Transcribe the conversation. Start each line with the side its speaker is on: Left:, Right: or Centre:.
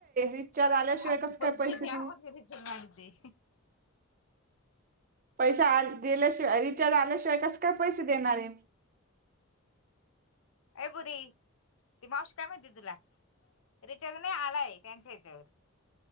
Right: रिचार्ज आल्याशिवाय
Left: अ
Right: कसं
Left: पोष
Right: काय पैसे
Left: यावग
Right: देऊ
Left: रेचल मे
Right: पैसा आ दिल्याशिवाय रिचार्ज आल्याशिवाय कसं काय पैसे देणार आहे
Left: ए बुरी ती मावशी कामती तुला रिचारज नाही आलाय त्यांच्या हच्यावर